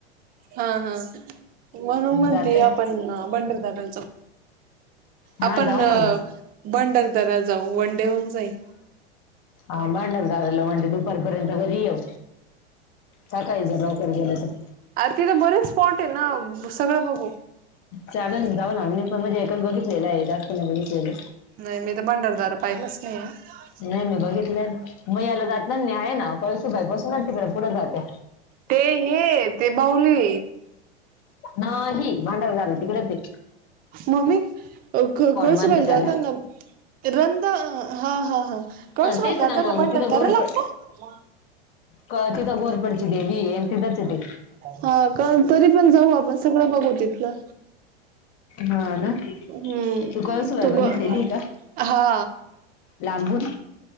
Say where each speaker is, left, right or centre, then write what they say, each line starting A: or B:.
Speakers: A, on the right; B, on the left.
A: हा हा. म्हणून म्हणतीय
B: जाते
A: आपण भंडरदऱ्याला जाऊ.
B: हा
A: आपण
B: जाऊ ना मग
A: भंडारदऱ्याला जाऊ. वनडे होउन जाईल.
B: आ भांडारदाराला वनडे दुपारपर्यंत घरी येऊ. सकाळी ज लवकर गेलं त.
A: अर तिथे बरेच स्पॉटे ना. सगळं बघू.
B: चालेच ना. जाऊ ना. मी पण म्हणजे एकच बघितलेलाय. जास्त नाही बघितलेले.
A: नाही मी त भंडारदार पाहिलास हम्म अम्म.
B: नाही मी बघितलियन. म याला जातिंनी हाये ना. कळशीबाई पसूनच तीकड पुढे जात्या.
A: ते हे ते बाऊली.
B: नाही. भांडारदरा तिकडेचे.
A: मम्मी अ क कळसुबाई
B: मानते
A: ला
B: त्याला
A: जाताना रंद हा हा हा. कळसूबाई
B: तेच
A: ला
B: ना
A: जाताना
B: मग
A: भंडारदरा
B: तिथं गोरपड
A: लागतो. म.
B: क तिथ घोरपडची देवीये अन् तिथच ए ते.
A: हा का? तरी पण जाऊ आपण सगळं बघू तिथलं.
B: हा ना?
A: हम्म
B: तू काळुसुबाई बघितलेलीये
A: ग
B: का
A: हा
B: लांबून?